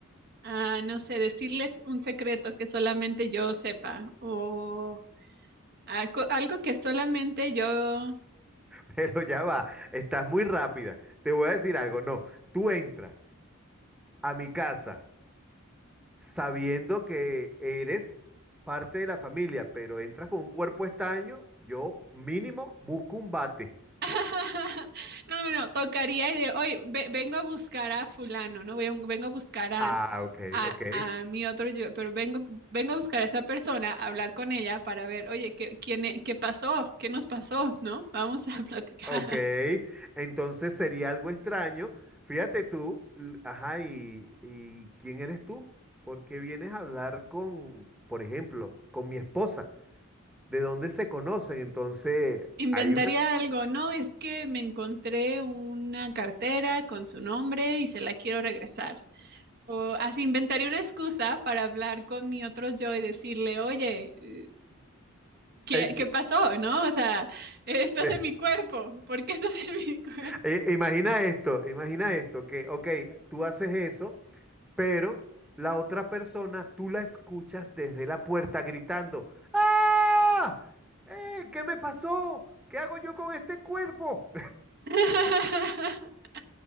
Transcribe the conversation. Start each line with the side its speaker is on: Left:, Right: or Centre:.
Right: ah, no sé, decirles un secreto que solamente yo sepa o ah, co- algo que solamente yo
Centre: <laughs> Pero ya va, estás muy rápida. Te voy a decir algo, no, tú entras a mi casa sabiendo que eres parte de la familia, pero entras con un cuerpo estaño, yo mínimo busco un bate.
Right: <laughs> No, no, no, tocaría y de, oye, ve- vengo a buscar a fulano, ¿no? Ven- Vengo a buscar a,
Centre: Ah, ok,
Right: a,
Centre: ok,
Right: a mi otro yo, pero vengo, vengo a buscar a esa persona, a hablar con ella para ver, oye, ¿qué, quién, e- qué pasó? ¿Qué nos pasó? ¿No? Vamos a <laughs> platicar.
Centre: ok. Entonces sería algo extraño. Fíjate tú, l- ajá, y, y ¿quién eres tú? ¿Por qué vienes a hablar con, por ejemplo, con mi esposa? ¿De dónde se conocen? Entonces,
Right: Inventaría
Centre: hay una...
Right: algo, no, es que me encontré una cartera con su nombre y se la quiero regresar. O así inventaría una excusa para hablar con mi otro yo y decirle, oye, ¿Qué,
Centre: eh,
Right: qué pasó, no? O sea, eh, estás
Centre: <laughs>
Right: en mi cuerpo. ¿Por qué estás <laughs> en mi cuerpo?
Centre: Eh, eh, Imagina esto, imagina esto, que, ok, tú haces eso, pero la otra persona tú la escuchas desde la puerta gritando, ¡Ah! Eh, ¿qué me pasó? ¿Qué hago yo con este cuerpo?
Right: <laughs>